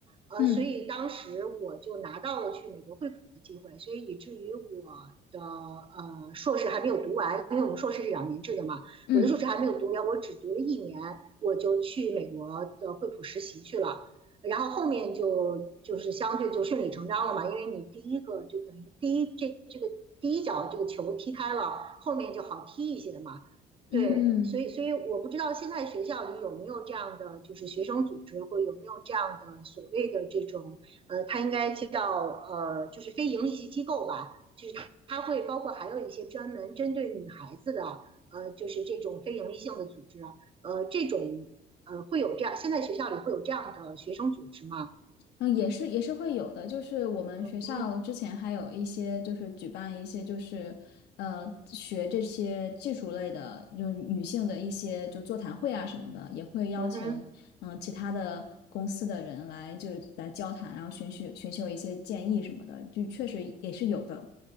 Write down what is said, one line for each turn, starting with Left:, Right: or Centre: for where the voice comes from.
Right: 呃，
Left: 嗯
Right: 所以当时我就拿到了去美国惠普的机会，所以以至于我的呃硕士还没有读完，因为我们硕士是两年制的嘛，
Left: 嗯
Right: 我的硕士还没有读完，我只读了一年，我就去美国的惠普实习去了。然后后面就就是相对就顺理成章了嘛，因为你第一个就等于第一这这个第一脚这个球踢开了，后面就好踢一些嘛。
Left: 嗯。
Right: 对，所以所以我不知道现在学校里有没有这样的就是学生组织，或有没有这样的所谓的这种呃，它应该叫呃就是非盈利性机构吧，就是它会包括还有一些专门针对女孩子的呃就是这种非盈利性的组织啊，呃这种。呃，会有这样，现在学校里会有这样的学生组织吗？
Left: 嗯，也是也是会有的，就是我们学校之前还有一些就是举办一些就是呃学这些技术类的，
Right: 嗯哼，
Left: 就是女性的一些就座谈会啊什么的，也会邀请
Right: 嗯哼，
Left: 嗯、呃其他的公司的人来就来交谈，然后寻求寻求一些建议什么的，就确实也是有的。